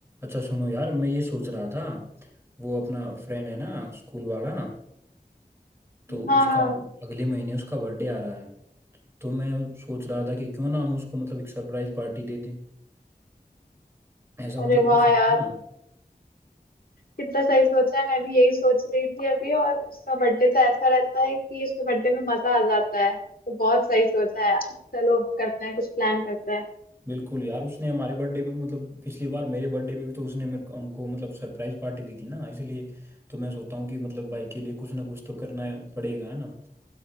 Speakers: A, on the right; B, on the left.
A: अच्छा सुनो यार मैं ये सोच रहा था वो अपना फ्रेंड है ना स्कूल वाला तो
B: हाँ
A: उसका
B: हाँ
A: अगले महीने उसका बर्थडे आ रहा है तो मैं सोच रहा था कि क्यों ना हम उसको मतलब एक सरप्राइज पार्टी दे दें ऐसा
B: अरे
A: मतलब
B: वाह
A: कर सकते
B: यार
A: हैं ना
B: कितना सही सोचा है मैं भी यही सोच रही थी अभी और उसका बर्थडे तो ऐसा रहता है कि उसके बर्थडे में मजा आ जाता है तो बहुत सही सोचा है यार चलो करते हैं कुछ प्लान करते हैं
A: बिल्कुल यार उसने हमारे बर्थडे पे मतलब पिछली बार मेरे बर्थडे पे भी तो उसने मेरे को हमको मतलब सरप्राइज पार्टी दी थी ना इसलिए तो मैं सोचता हूँ कि मतलब भाई के लिए कुछ ना कुछ तो करना पड़ेगा है ना